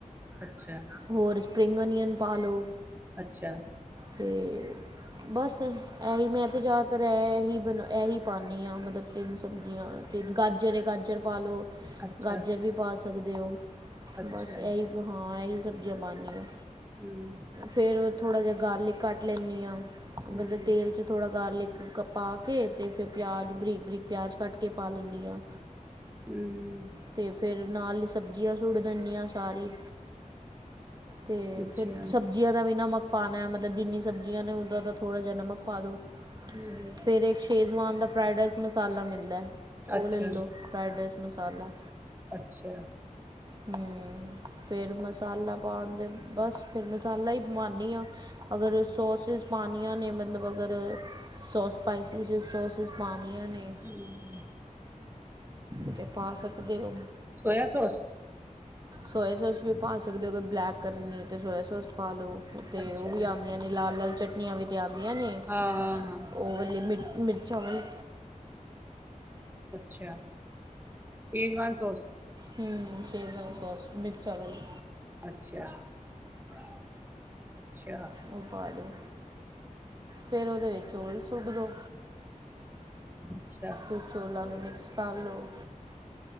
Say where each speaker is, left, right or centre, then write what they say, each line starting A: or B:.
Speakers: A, on the right; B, on the right.
A: ਅੱਛਾ।
B: ਹੋਰ, ਸਪਰਿੰਗ ਓਨੀਅਨ ਪਾ ਲਉ
A: ਅੱਛਾ।
B: ਤੇ। ਬਸ, ਇਹੀ ਮੈਂ ਤਾਂ, ਜ਼ਿਆਦਾਤਰ ਇਹੀ ਬਣਾ, ਇਹੀ ਪਾਉਂਦੀ ਹਾਂ, ਮਤਲਬ ਤਿੰਨ ਸਬਜ਼ੀਆਂ ਤੇ ਗਾਜਰ ਹੈ, ਗਾਜਰ ਪਾ ਲਓ,
A: ਅੱਛਾ
B: ਗਾਜਰ ਵੀ ਪਾ ਸਕਦੇ ਹੋ।
A: ਅੱਛਾ
B: ਬਸ ਇਹੀ ਹਾਂ, ਇਹੀ ਸਬਜ਼ੀਆਂ ਪਾਂਨੀ ਆ।
A: ਹਮ
B: ਫਿਰ, ਥੋੜ੍ਹਾ ਜਿਹਾ, ਗਾਰਲਿਕ ਕੱਟ ਲੈਂਨੀ ਆ। ਬਲਦੇ
A: ਹਮ
B: ਤੇਲ ਚ, ਥੋੜ੍ਹਾ ਗਾਰਲਿਕ ਪਾ ਕੇ, ਤੇ ਫਿਰ ਪਿਆਜ ਬਰੀਕ-ਬਰੀਕ ਪਿਆਜ, ਕੱਟ ਕੇ ਪਾ ਲੈਂਦੀ ਹਾਂ।
A: ਹਮ
B: ਤੇ, ਫਿਰ ਨਾਲ ਹੀ, ਸਬਜ਼ੀਆਂ ਸੁੱਟ ਦਿੰਨੀ ਆ, ਸਾਰੀ। ਤੇ,
A: ਅੱਛਾ
B: ਫਿਰ ਸਬਜ਼ੀ ਜਿੰਨਾ, ਦਾ ਵੀ ਨਮਕ ਪਾਉਣਾ, ਮਤਲਬ ਜਿੰਨੀਆਂ ਸਬਜ਼ੀਆਂ ਨੇ, ਉਹਦਾ ਦਾ ਥੋੜ੍ਹਾ ਜਿਹਾ ਨਮਕ ਪਾ ਦਉ।
A: ਹਮ
B: ਫਿਰ, ਇੱਕ ਸ਼ੇਜ਼ਵਾਨ ਦਾ, ਫਰਾਈਡ ਰਾਈਸ ਮਸਾਲਾ ਮਿਲਦਾ। ਉਹ
A: ਅੱਛਾ
B: ਲੈ ਲਉ, ਫਰਾਾਈਡ ਰਾਈਸ ਮਸਾਲਾ।
A: ਅੱਛਾ
B: ਹਮ, ਫਿਰ ਮਸਾਲਾ ਪਾਉੰਦੇ, ਬਸ ਫਿਰ ਮਸਾਲਾ ਹੀ ਪਾਂਨੀ ਆਂ। ਅਗਰ,
A: ਹਮ
B: ਸੋਸਿਸ ਪਉਣੀਆਂ ਨੇ, ਮਤਲਬ ਅਗਰ ਸੌਸ ਸਪਾਈਸਿਸ ਸੌਸ ਤੁਸੀ, ਪਾਉਣੀਆਂ ਨੇ,
A: ਹੂੰ
B: ਤੇ ਪਾ ਸਕਦੇ ਹੋ।
A: Soya sauce?
B: ਸੋਇਆ ਸੋਸ ਵੀ ਪਾ ਸਕਦੇ, ਅਗਰ ਬਲੈਕ ਕਰਨੀ ਹੋਏ ਤੇ ਤਾਂ ਸੋਇਆ ਸੋਸ ਪਾ ਲਓ ਤੇ,
A: ਅੱਛਾ
B: ਉਹ ਵੀ ਆਉਂਦੀਆਂ ਨੇ ਲਾਲ-ਲਾਲ ਚਟਨੀਆਂ ਵੀ ਤੇ ਆਉਂਦੀਆਂ ਨੇ
A: ਹਾਂ ਹਾਂ ਹਾਂ
B: ਉਹ ਵਾਲੀ ਮਿਰਚ, ਮਿਰਚਾਂ ਵਾਲੀ-
A: ਅੱਛਾ, ਸ਼ੇਜਵਾਨ ਸੋਸ?
B: ਹਮ, ਸ਼ੇਜ਼ਾਨ ਸੋਸ ਮਿਰਚਾ ਵਾਲੀ।
A: ਅੱਛਾ-ਅੱਛਾ।
B: ਉਹ, ਪਾ ਲਉ? ਫਿਰ, ਉਹਦੇ ਵਿੱਚ ਆਇਲ ਸੁੱਟ ਦਿਉ।
A: ਅੱਛਾ।
B: ਫਿਰ ਚੌਲਾਂ ਨੂੰ, ਮਿਕਸ ਕਰ ਲਉ।